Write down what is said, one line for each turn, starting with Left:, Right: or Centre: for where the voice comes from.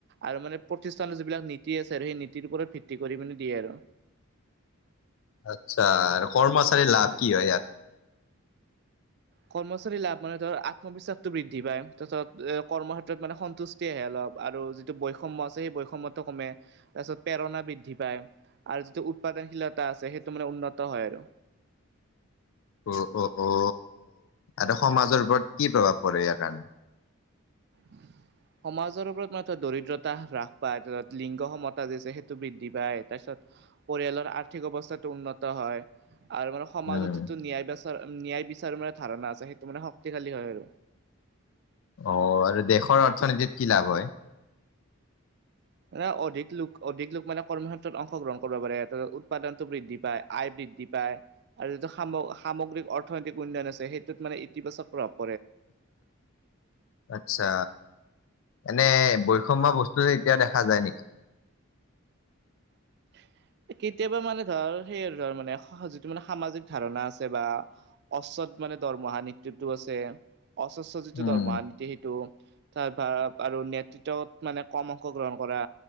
Right: আৰু মানে প্ৰতিষ্ঠানৰ যিবিলাক নীতি আছে আৰু সেই নীতিৰ ওপৰত ভিত্তি কৰি মানে দিয়ে আৰু <inaudible>
Left: আচ্ছা আৰু কৰ্মচাৰীৰ লাভ কি হয় ইয়াত
Right: কৰ্মচাৰী লাভ মানে ধৰ আত্মবিশ্বাসটো বৃদ্ধি পায় তাৰপছত এ কৰ্মক্ষেত্ৰত মানে সন্তুষ্টি আহে অলপ আৰু যিটো বৈষম্য আছে সেই বৈষম্টো কমে তাৰ পিছত প্ৰেৰণা বৃদ্ধি পায়। আৰু যিটো উৎপাদনশীলতা আছে সেইটো মানে উন্নত হয় আৰু
Left: অ অ অ আৰু তে সমাজৰ ওপৰত কি প্ৰভাৱ পৰে ইয়াৰ কাৰণে?
Right: উ সমাজৰ ওপৰত মান দৰিদ্ৰতা হ্ৰাস পায় তাৰপিছত লিংগ সমতা যি আছে সেইটো বৃদ্ধি পায় তাৰপিছত পৰিয়ালৰ আৰ্থিক অৱস্থাটো উন্নত হয় আৰু মানে সমাজত
Left: উম,
Right: যিটো ন্যায় বস্ত ন্যায় বিচাৰো মানে ধাৰণা আছে সেইটো মানে শক্তিশালী হয় আৰু
Left: অ আৰু দেশৰ অৰ্থনীতিত কি লাভ হয়।
Right: ন অধিক লোক অধিক লোক মানে কৰ্মক্ষেত্ৰত অংশগ্ৰহণ কৰিব পাৰে ত উৎপাদনতটো বৃদ্ধি পায় আয় বৃদ্ধি পায়। আৰু যিটো সামগ্ৰিক অৰ্থনৈতিক উন্নয়ন আছে সেইটোত মানে ইতিবাচক ৰপ
Left: আত্ছা এনে বৈষম্যয় বস্তু যে এতিয়া দেখা যায় নেকি?
Right: <inaudible> কেতিয়াবা মানে ধৰ সেই আৰু ধৰ মানে যিটো মানে সামাজিক ধাৰণা আছে বা অচ মানে দৰমহা নৃতটো আছে অস্বস্ৰ যিটো
Left: উম,
Right: দৰমহা নীতি সেইটো তাৰ ভ আৰু নেতৃত্বত মানে কম অংশ গ্ৰহণ কৰা।